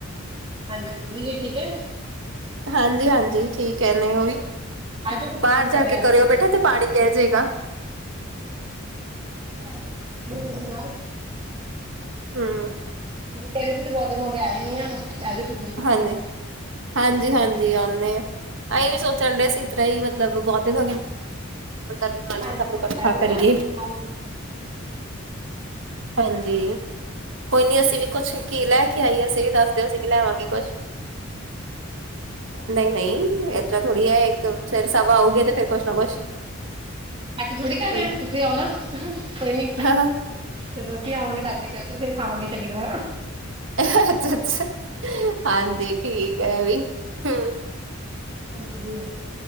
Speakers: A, on the right (about 25°); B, on the right (about 60°).
A: ਹਾਂਜੀ ਵੀਏ ਠੀਕ ਹੈ।
B: ਹਾਂਜੀ ਹਾਂਜੀ ਠੀਕ ਹੈ ਨਹੀਂ ਉਹ ਵੀ।
A: ਜਾਓ ਫਿਰ ਤੁਸੀਂ
B: ਬਾਹਰ
A: ਵੀ
B: ਜਾ
A: ਘਰੇ
B: ਕੇ
A: ਆ
B: ਕਰਿਓ
A: ਜਾਓ।
B: ਬੇਟਾ ਇੱਥੇ ਪਾਣੀ ਗਿਰ ਜਾਇਗਾ।
A: <unintelligible> <unintelligible>
B: ਹਮ।
A: ਹਾਂਜੀ ਐਵੇਂ ਕਹਿ ਰਹੇ ਸੀ ।ਬਹੁਤ ਦਿਨ ਹੋ ਗਏ ਆਏ ਨੀਂ ਆ। ਤੇ ਆ ਜਾਓ ਤੁਸੀਂ।
B: ਹਾਂਜੀ, ਹਾਂ, ਜੀ
A: ਹਾਂਜੀ।
B: ਹਾਂ, ਜੀ ਆਉਂਨੇ ਹਾਂ। ਅਸੀਂ ਵੀ ਸੋਚਣ ਦੇ ਇਸ ਤਰ੍ਹਾਂ ਹੀ ਮਤਲਬ ਬਹੁਤ ਦਿਨ। ਦੇ ਨਾਲ
A: ਹਾਂਜੀ,
B: ਵੀ ਸਭ
A: ਹਾਂਜੀ,
B: ਨੂੰ ਇਕੱਠਾ
A: ਆ ਜਾਓ ਨਾ।
B: ਕਰੀਏ ਹਾਂਜੀ ਕੋਈ ਨੀ ਅਸੀਂ ਵੀ ਕੁਛ ਕੀ ਲੈ ਕੇ ਆਈਏ। ਅਸੀਂ ਵੀ ਦੱਸ ਦਿਓ ਅਸੀਂ ਵੀ ਲੈਵਾਂਗੇ ਕੁਛ। ਨਹੀਂ -ਨਹੀਂ। ਥੋੜ੍ਹੀ ਹੈ ਇੱਕ ਫਿਰ ਸਵਾ ਆਊਗੇ ਤੇ ਫਿਰ ਕੁਛ ਨਾ ਕੁਛ।
A: ਅਜ ਥੋੜੀ ਕਰਹੇ
B: ਹੂੰ।
A: ਆ ਤੁਸੀਂ ਆਓ ਨਾ ਕੋਈ ਨੀ
B: ਹਾਂ
A: ਜਦੋਂ ਅਸੀਂ ਆਵਾਂਗੇ ਤਾਜੀ ਕਰ। ਤੇ ਫਿਰ ਖਾਵਾਂਗੇ ਚੰਗੀ ਤਰਾਂ।
B: ਅ ਅੱਛਾ ਹਾਂਜੀ ਠੀਕ ਹੈ ਵੀ। ਹੂੰ
A: ਲੱਦੀ ਆ।